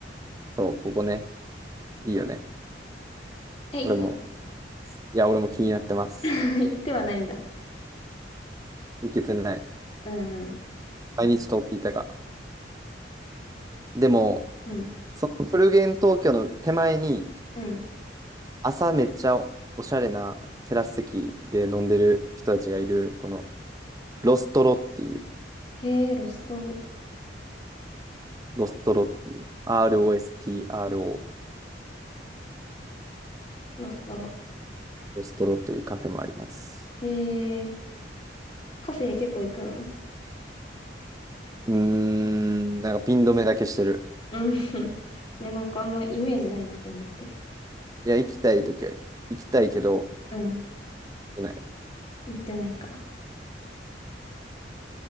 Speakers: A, on the right (about 20°); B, on the left (about 30°).
A: そう、ここね。いいよね。
B: え、
A: 俺も、
B: 行っ
A: いや、俺も気になってます。
B: た <laughs> 行ってはないんだ。
A: 行けてない。
B: うんうん。
A: 毎日通っていたが。でも、
B: うん。
A: そのフルゲン東京の手前に、
B: うん。
A: 朝めっちゃおしゃれなテラス席で飲んでる人たちがいる、このロストロっていう、
B: へえ、ロストロ。
A: ロストロっていう、ROSTRO、
B: ロストロ。
A: ロストロというカフェもあります。
B: へえ、カフェ結構行くの
A: うーん、なんかピン止めだけしてる。
B: うん。<laughs> ね、なんかあんまイメージないなと思って。
A: いや、行きたいときは行きたいけど、
B: うん。
A: 行けない。
B: 行ってないか。